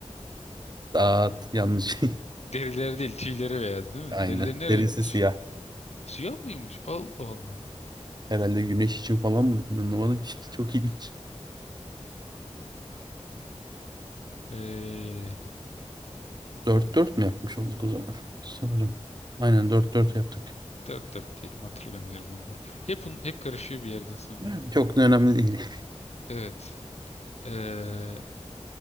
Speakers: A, on the right; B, on the left.
A: Dağıt, yanlış.
B: Derileri değil, tüyleri beyaz
A: <laughs>
B: değil mi?
A: Aynen.
B: Derileri ne
A: Derisi
B: renkmiş?
A: siyah.
B: Siyah mıymış? Allah Allah.
A: Herhalde güneş için falan mı? Anlamadım ki. <laughs> Çok ilginç.
B: Ee,
A: Dört dört mü yapmış olduk o zaman? Sanırım. Aynen dört dört yaptık.
B: Dört dört değilim hatırlamıyorum valla. Hep, un- hep karışıyor bir yerden sonra.
A: Yani Çok da önemli değil. <laughs>
B: Evet. Ee,